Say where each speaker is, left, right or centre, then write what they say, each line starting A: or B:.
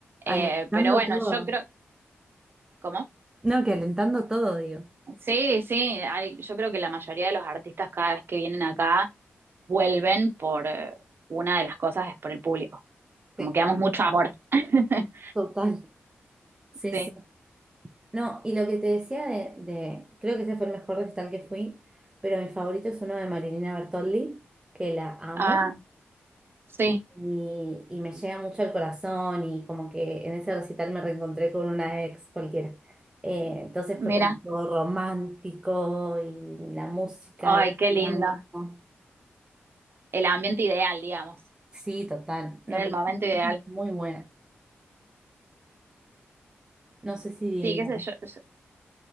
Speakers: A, on the right; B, on the right.
A: alentando
B: Eh, pero bueno,
A: todo.
B: yo creo, ¿cómo?
A: No, que alentando todo, digo.
B: Sí, sí, hay- yo creo que la mayoría de los artistas cada vez que vienen acá vuelven por eh, una de las cosas es por el público. Como
A: Sí,
B: que damos mucho amor. <laughs>
A: total. Sí,
B: Sí.
A: sí. No, y lo que te decía de, de- creo que ese fue el mejor recital que fui, pero mi favorito es uno de Marilina Bertoldi, que la amo
B: Ah, sí,
A: y, y- y me llega mucho al corazón y como que en ese recital me reencontré con una ex cualquiera. Eh, entonces
B: mira.
A: fue como todo romántico y la música
B: Ay,
A: y el
B: qué lindo.
A: canto.
B: El ambiente ideal, digamos.
A: Sí, total. No,
B: Era
A: pero
B: el momento ideal.
A: es muy buena. No sé si,
B: Sí, qué sé yo. yo-